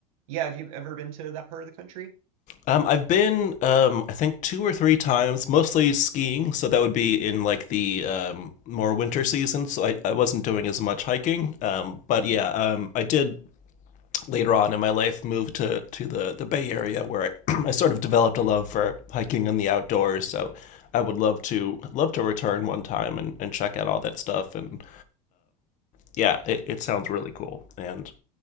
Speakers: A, on the right; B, on the left.
A: Yeah, have you ever been to that part of the country?
B: Um, I've been, um, I think, two or three times, mostly skiing. So that would be in like the um, more winter season. So I, I wasn't doing as much hiking. Um, but yeah, um, I did later on in my life move to, to the, the Bay Area where I, <clears throat> I sort of developed a love for hiking and the outdoors. So I would love to love to return one time and, and check out all that stuff and yeah, it, it sounds really cool, and